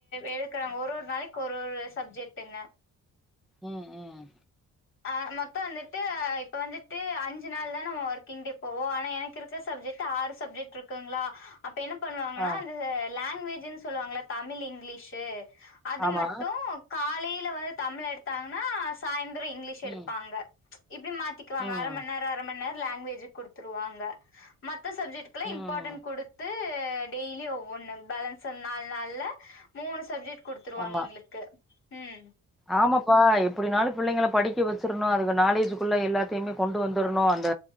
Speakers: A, on the left; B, in the centre.
A: எடுக்கறாங்க ஒரு ஒரு நாளைக்கு ஒரு ஒரு சப்ஜெக்ட் என்ன
B: ம் ம்
A: ஆ மொத்த வந்துட்டு இப்ப வந்துட்டு அஞ்சு நாள் தா நம்ம ஒர்க்கிங் டே போவோ ஆனா எனக்கு இருக்க சப்ஜெக்ட் ஆறு சப்ஜெக்ட் இருக்குங்களா அப்ப என்ன பண்ணுவாங்கன்னா
B: ஆ
A: இந்த லாங்குவேஜுன்னு சொல்லுவாங்கள தமிழ் இங்கிலீஷு அது
B: ஆமா
A: மட்டு காலில வந்து தமிழ் எடுத்தாங்கன்னா சாயந்தரோ இங்கிலீஷ் எடுப்பாங்க
B: ம்
A: இப்படி மாத்திக்குவாங்க
B: ம்
A: அர மணி நேரோ அர மணி நேரோ லாங்குவேஜ் குடுத்துருவாங்க மத்த சப்ஜெக்ட்
B: ம்
A: இம்பார்ட்டண்ட் கொடுத் து டெய்லி ஒவ்வொன்னு பேலன்ஸ் நாலு நாள்ல மூணு சப்ஜெக்ட் குடுத்துருவாங்க
B: ஆமா
A: எங்களுக்கு ம்
B: ஆமாப்பா எப்டினாலு பிள்ளைங்கள படிக்க வெச்சரனு அதுக்கு நாலேஜக்குள்ள எல்லாத்தையுமே கொண்டு வந்துரணு அந்த